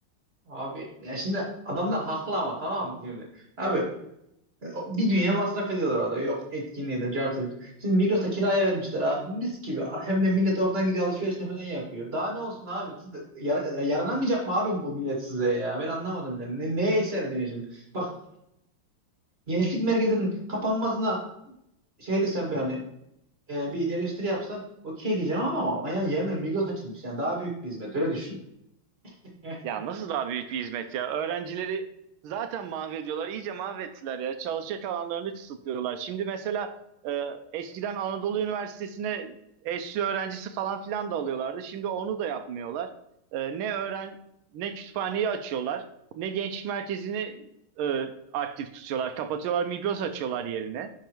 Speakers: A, on the right; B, on the right.
A: Abi Ya şimdi adamlar haklı ama tamam mı şimdi? Abi o- bir dünya masraf ediyorlar orada. Yok etkinliği de cartı. da. Şimdi Migros'a kiraya vermişler abi mis gibi. Hem de millet oradan gidiyor alışverişini falan yapıyor. Daha ne olsun abi? Siz de yara- yaranamayacak mı abi bu millet size ya? Ben anlamadım. Yani. Ne, neye isyan ediyorsun şimdi? Bak gençlik merkezinin kapanmasına şey desem ben hani e, bir eleştiri yapsan okey diyeceğim ama ama yani yerine Migros açılmış. Yani daha büyük bir hizmet öyle düşün. <laughs>
B: Ya nasıl daha büyük bir hizmet ya? Öğrencileri zaten mahvediyorlar. iyice mahvettiler ya. Çalışacak alanlarını kısıtlıyorlar. Şimdi mesela e, eskiden Anadolu Üniversitesi'ne eşli öğrencisi falan filan da alıyorlardı. Şimdi onu da yapmıyorlar. E, ne öğren ne kütüphaneyi açıyorlar, ne gençlik merkezini e, aktif tutuyorlar. Kapatıyorlar, Migros açıyorlar yerine.